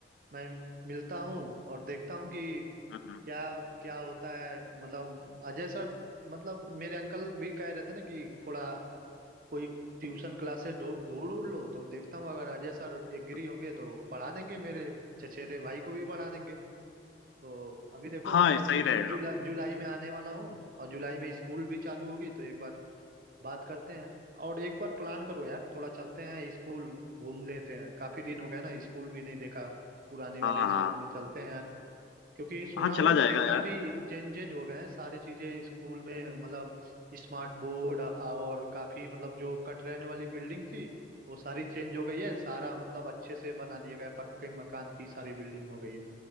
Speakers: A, on the right; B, on the left.
A: मैं मिलता हूँ और देखता हूँ कि
B: हम्म,
A: क्या क्या होता है मतलब अजय सर मतलब मेरे अंकल भी कह रहे थे ना कि थोड़ा कोई ट्यूशन क्लासेस ढूंढ ढूंढ लो तो देखता हूँ अगर अजय सर एग्री
B: हम्म,
A: होंगे तो पढ़ा देंगे मेरे चचेरे भाई को भी पढ़ा देंगे तो अभी देखो
B: हाँ
A: मैं
B: हाँ, सही
A: जु,
B: रहेगा
A: जुला, जुलाई में आने वाला हूँ और जुलाई में स्कूल भी चालू होगी तो एक बार बात करते हैं और एक बार प्लान करो यार थोड़ा चलते हैं स्कूल घूम लेते हैं काफी दिन हो गए ना स्कूल भी नहीं देखा पुराने वाले
B: हाँ हाँ
A: स्कूल में चलते हैं यार क्योंकि सुना
B: हाँ
A: हूँ
B: चला जाएगा
A: कि काफी
B: यार
A: चेंजेज हो गए हैं सारी चीजें स्कूल में मतलब स्मार्ट बोर्ड और काफी मतलब जो कटरैन वाली बिल्डिंग थी वो सारी चेंज हो गई है सारा मतलब अच्छे से बना दिया गया है, पक्के मकान की सारी बिल्डिंग हो गई है